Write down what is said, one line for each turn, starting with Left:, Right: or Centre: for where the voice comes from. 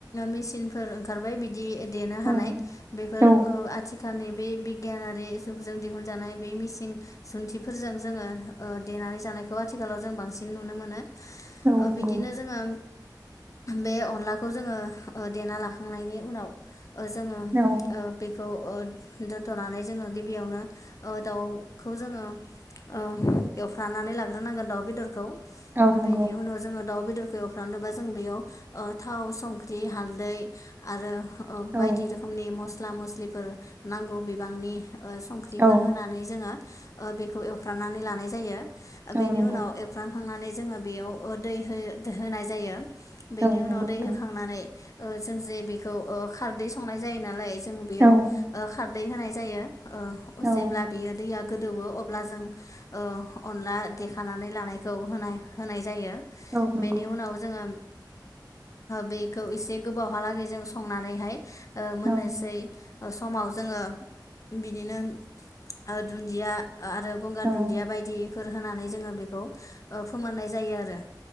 Left: मेसिनफोर ओंखारबाय बिदि। देनो
Right: औ
Left: हानाय बेफोर
Right: औ
Left: ओ आथिखाल। सानै बे बिगियानयारि। जों दिहुनजानाय बे मिसिन। जुन्थिफोरजों जोङो। ओ देनानै जानायखौ आथिखालाव जों बांसिन नुनो मोनो।
Right: औ
Left: ओ
Right: नंगौ
Left: बिदिनो जोङो। बे अनलाखौ जोङो ओ देना लाखांनायनि उनाव जोङो
Right: औ
Left: ओ बेख औ ओ दोनथ'नानै जोङो गिबियावनो ओ दाउखौ जोङो ओ एवफ्रानानै लाग्रोनांगोन दाउ बेदरखौ
Right: औ नंगौ
Left: बेनि उनाव जोङो दाउ बेदरखौ एवफ्रानोबा जों बेयाव ओ थाव संख्रि हालदै आरो। ओ
Right: औ
Left: बायदि रोखोमनि मस। मस्ला मस्लिफोर नांगौ बिबांनि ओ संख्रिफोर
Right: औ
Left: होनानै जोङो। ओ बेखौ एवफ्रानानै लानाय जायो।
Right: औ
Left: बेनि
Right: नंगौ
Left: उनाव एरफ्रांखांनानै। जोङो बेयाव दै होयो होनाय जायो। बेनि
Right: औ नंगौ
Left: उनाव
Right: नोंथां
Left: दै होखांनानै। ओ जों जे बेखौ ओ खारदै संनाय जायो नालाय। जों बेयाव
Right: औ
Left: ओ खार। दै होनाय जायो। ओ
Right: औ
Left: जेब्ला बेयो दैया। गोदौवो अब्ला जों ओ अनला देखानानै लानायखौ होनाय-होनाय जायो।
Right: औ नंगौ
Left: बेनि उनाव जोङो। बेखौ एसे गोबावहालागै जों संनानैहाय। ओ मोननोसै।
Right: औ
Left: समाव जोङो बिदिनो ओ दुन्दिया आरो गंगार
Right: औ
Left: दुन्दिया बायदि फोर होनानै जोङो बेखौ ओ फोमोननाय जायो आरो।